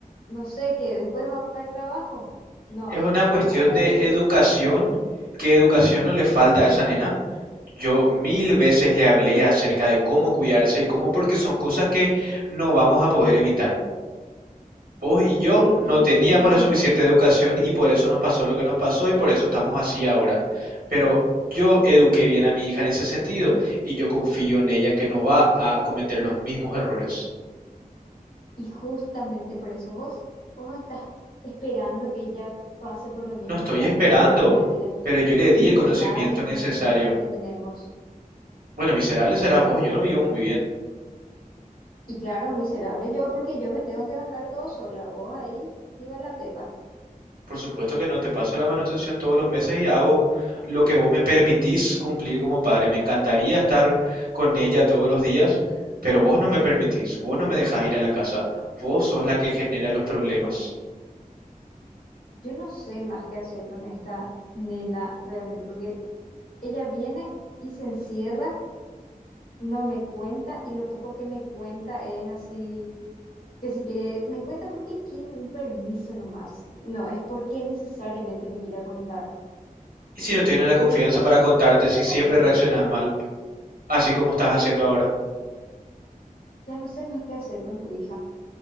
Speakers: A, on the left (about 80°); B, on the right (about 80°).
A: no sé, que después va a buscar trabajo. No,
B: Es una cuestión
A: ahora
B: de
A: ella quiere,
B: educación.
A: s-
B: ¿Qué educación no le falta a esa nena? Yo mil veces le hablé acerca de cómo cuidarse y cómo porque son cosas que no vamos a poder evitar. Vos y yo
A: pero
B: no
A: tiene
B: teníamos
A: quince
B: la suficiente educación y por eso nos pasó lo que nos pasó y por eso estamos así ahora. Pero yo eduqué bien a mi hija en ese sentido y yo confío en ella en que no va a cometer los mismos errores.
A: y justamente por eso vos, vos estás esperando que ella pase por lo mismo,
B: No estoy
A: o sea,
B: esperando,
A: que tenga una vida
B: pero yo le di
A: miserable
B: el conocimiento
A: como
B: necesario.
A: el que nosotros tenemos.
B: Bueno, miserable serás vos, yo lo vivo muy bien.
A: Y claro, miserable yo porque yo me tengo que bancar todo sola, vos ahí, iba la pepa.
B: Por supuesto que no, te paso la manutención todos los meses y hago lo que vos me permitís cumplir como padre. Me encantaría estar con ella todos los días, pero vos no me permitís, vos no me dejás ir a la casa, vos sos la que genera los problemas.
A: Yo no sé más qué hacer con esta nena realmente, porque ella viene y se encierra, no me cuenta y lo poco que me cuenta es así, que se quiere, me cuenta porque quiere un permiso nomás, no es porque necesariamente me quiera contar.
B: Y si no tienes la confianza
A: Pero ya no sé,
B: para contarte
A: ya no sé
B: si
A: qué
B: siempre
A: hacer,
B: reaccionas mal, así como estás haciendo ahora,
A: ya no sé más qué hacer con tu hija.